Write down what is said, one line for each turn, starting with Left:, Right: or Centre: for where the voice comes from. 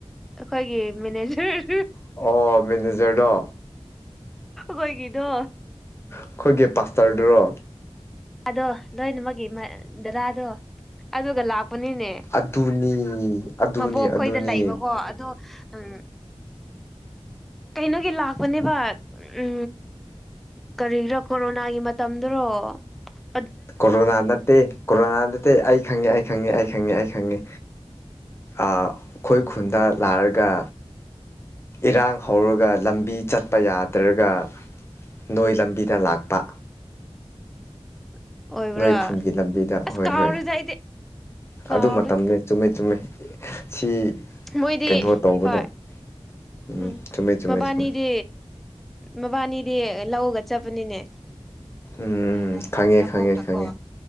Centre: ꯑꯩꯈꯣꯏꯒꯤ ꯃꯅꯦꯖꯔ
Left: ꯑꯣ ꯃꯦꯅꯦꯖꯔꯗꯣ
Centre: ꯀꯣꯏ ꯀꯤꯗꯣ
Left: ꯑꯩꯈꯣꯏꯒꯤ ꯄꯥꯁꯇꯔꯗꯨꯔꯣ
Centre: ꯑꯗꯣ ꯂꯣꯏꯅꯃꯛꯒꯤ ꯗꯗꯥꯗꯣ ꯑꯗꯨ ꯑꯗꯨꯒ ꯂꯥꯛꯄꯅꯤꯅꯦ
Left: ꯑꯗꯨꯅꯤ ꯑꯗꯨꯅꯤ
Centre: ꯃꯕꯣꯛꯈꯣꯏꯗ
Left: ꯑꯗꯨꯅꯤ
Centre: ꯂꯩꯕꯀꯣ ꯑꯗ ꯑꯪ ꯀꯩꯅꯣꯒꯤ ꯂꯥꯛꯄꯅꯦꯕ ꯎ ꯀꯔꯤꯒꯤꯔꯥ ꯀꯣꯔꯣꯅꯥꯒꯤ ꯃꯇꯝꯗꯨꯔꯣ ꯑꯣ
Left: ꯀꯣꯔꯣꯅꯥ ꯅꯠꯇꯦ ꯀꯣꯔꯣꯅꯥ ꯅꯠꯇꯦ ꯑꯩ ꯈꯪꯉꯦ ꯑꯩ ꯈꯪꯉꯦ ꯑꯩ ꯈꯪꯉꯦ ꯑꯩ ꯈꯪꯉꯦ ꯑꯩꯈꯣꯏ ꯈꯨꯟꯗ ꯂꯥꯛꯑꯒ ꯏꯔꯥꯡ ꯍꯧꯔꯒ ꯂꯝꯕꯤ ꯆꯠꯄ ꯌꯥꯗ꯭ꯔꯒ ꯅꯣꯏ ꯂꯝꯕꯤꯗ ꯂꯥꯛꯄ
Centre: <inaudible> ꯑꯣꯏꯕ꯭ꯔꯥ
Left: ꯅꯣꯏ ꯈꯨꯟꯒꯤ ꯂꯝꯕꯤꯗ
Centre: ꯑꯁ
Left: ꯍꯣꯏ
Centre: ꯀꯥꯎꯔꯦꯗ
Left: ꯍꯣꯏ
Centre: ꯑꯩꯗꯤ ꯀꯥꯎꯔꯦ
Left: ꯑꯗꯨ ꯃꯇꯝꯅꯦ ꯆꯨꯝꯃꯦ ꯆꯨꯝꯃꯦ ꯁꯤ
Centre: ꯃꯣꯏꯗꯤ
Left: ꯀꯩꯅꯣ ꯇꯧꯕꯗ
Centre: ꯍꯣꯏ
Left: ꯎꯝ
Centre: ꯑ
Left: ꯆꯨꯝꯃꯦ ꯆꯨꯝꯃꯦ
Centre: ꯃꯕꯥꯅꯤꯗꯤ
Left: ꯆꯨꯝꯃꯦ
Centre: ꯃꯕꯥꯅꯤꯗꯤ ꯂꯧꯔꯒ ꯆꯠꯄꯅꯤꯅꯦ
Left: ꯎꯝ
Centre: ꯅꯕꯣꯛꯀꯀꯣ
Left: ꯈꯪꯉꯦ ꯈꯪꯉꯦ ꯈꯪꯉꯦ